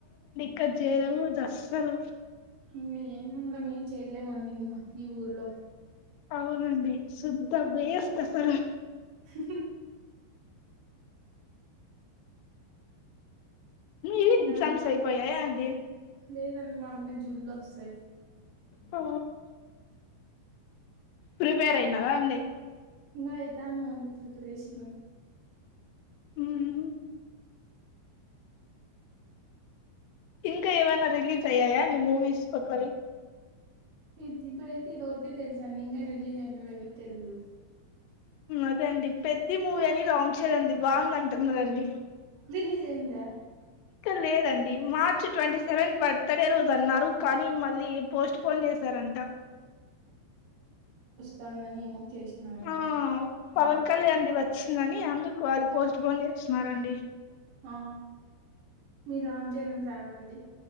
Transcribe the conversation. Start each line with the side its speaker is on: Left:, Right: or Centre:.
Left: గ జరవు దస్సలు
Right: ఇ ఏ మనం ఏం చేయలేేమనల ఈ ఊర్లో
Left: అవునండి శుద్ధ వేస్ట్ అసలు
Right: హు హ్మ్
Left: ను
Right: ఇంగ
Left: ఎగ్జామ్స్ అయిపోయాయా అండి
Right: లేదండి మామగా జూన్ లో వస్తాయి
Left: ఆ ప్రిపేర్ అయి నాలా ఉంద
Right: ఇంకా ఇతాన్న వందిట్టుకు రేష ను
Left: ఉమ్ ఇంకా ఏవైనా రిలీస్ అయ్యాయా ని మూవీస్ కొతవి
Right: ఇ ఇప్పుడ అయితే ఇది ఒకటే తెలుసాను నింగా రిలీజ్ అయినవ తెలీదు
Left: అదే అండి పెద్ద మూవీ అని రామ్ చరణ్ అండి బాగుంది అంటున్నడి
Right: బని హజానందా
Left: లేదండి మార్చ్ ట్వంటీ సెవెన బర్త్ అత్తడే రోజు అన్నారు కానీ మళ్ళీ పోస్ట్ పోన్ చేశారంట
Right: తందని ఏమో చే చేసినంట
Left: ఆ పవన్ కళ్యాణ్ది వచ్చిందని అందుకు అది పోస్ట్ బోన్ చేస్తున్నారండి
Right: ఆ మీ రామ్ చరణ్ ఫ్యాన్ అండి